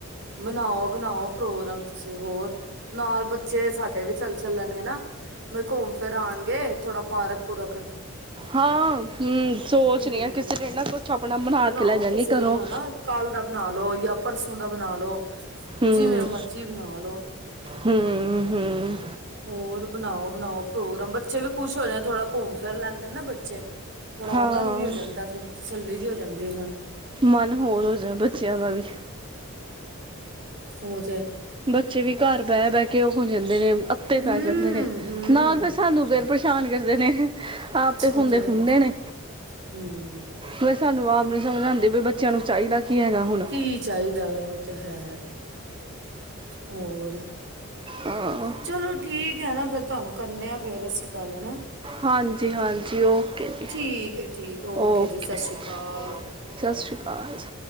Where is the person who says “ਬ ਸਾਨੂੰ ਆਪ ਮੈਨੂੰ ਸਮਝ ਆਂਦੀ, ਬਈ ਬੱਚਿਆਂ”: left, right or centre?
Right